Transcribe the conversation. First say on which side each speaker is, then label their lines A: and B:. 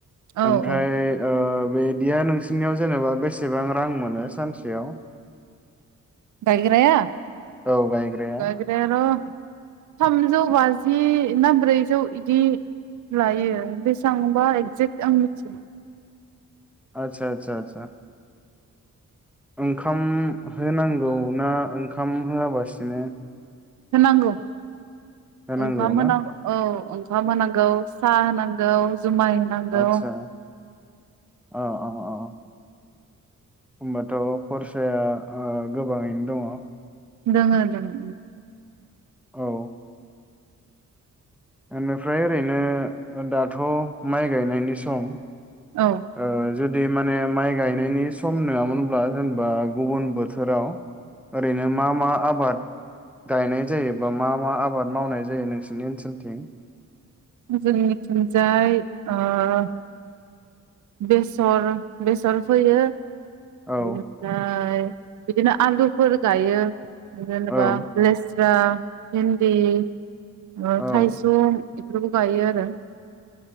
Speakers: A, on the right; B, in the centre.
A: औ
B: आमफ्राय
A: औ
B: ओ। बिदिया नोंसनियाव जेनेबा बेसेबां रां। मोनो सानसेयाव?
A: गायग्राया?
B: औ गायग्राया
A: गायग्रायार थामजौ बाजि ना ब्रैजौ इदि लायो बेसां बा एक्जेक्ट आं मिथिया।
B: आच्छा आच्छा आच्छा ओंखाम होनांगौ ना ओंखाम होआबासिनो।
A: होनांगौ
B: होनांगौ
A: ओंखाम
B: ना
A: होनां गौ औ ओं। खाम होनांगौ साह होनांगौ। जुमाय होनांगौ
B: आदसा अ अ अ होमबाथ' खरसाया ओ गोबाङैनो दङ।
A: दोङो दोङो उम
B: औ। एनिफ्राय ओरैनो ओदाथ' माइ गायनायनि सम।
A: औ।
B: ओ जुदि माने माइ गायनायनि सम नङामोनब्ला जेनेबा गुबुन बोथोराव। ओरैनो मा मा आ बाद गायनाय जायो बा मा मा आबाद मावनाय जायो नोंसोरनि ओनसोलथिं।
A: जोंनि थिंजाय ओ बेसर बेसर फोयो।
B: औ
A: बेनिफ्राय। बिदिनो आलुफोर गायो जेनेबा
B: औ
A: लेस रां भेन्दी ओ
B: औ
A: थाइसुम बेफोरखौ गायो आरो